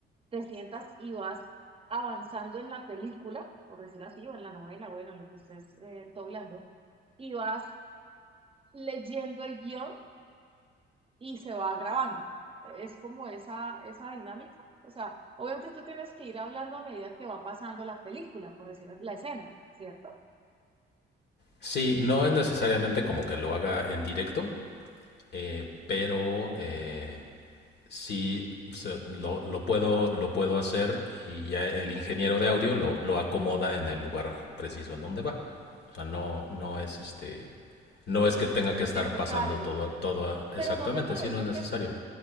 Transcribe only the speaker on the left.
Sí, no es necesariamente como que lo haga en directo, eh, pero eh, sí se- lo, lo puedo, lo puedo hacer y ya el ingeniero de audio lo, lo acomoda en el lugar preciso en donde va. O sea, no, no es este, no es que tenga que estar
pasando todo, todo exactamente,
si no es necesario.